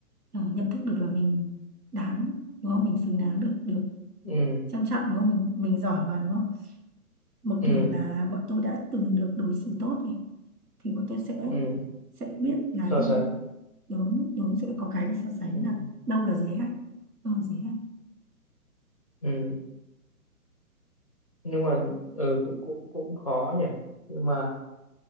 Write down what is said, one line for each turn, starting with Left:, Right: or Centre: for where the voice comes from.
Right: ờ, nhận thức được là mình đáng đúng không? Mình xứng đáng được được
Left: ừ
Right: trân trọng đúng không? Mình mình giỏi mà đúng không? Một
Left: ừ
Right: kiểu là bọn tôi đã từng được đối xử tốt này thì bọn tôi sẽ
Left: ừ
Right: sẽ biết là
Left: so
Right: như
Left: sánh
Right: đúng đúng sẽ có cái để so sánh
Left: ừ
Right: là đâu là giới hạn đâu là giới hạn
Left: ừ nhưng mà ừ, cũng cũng cũng khó nhỉ nhưng mà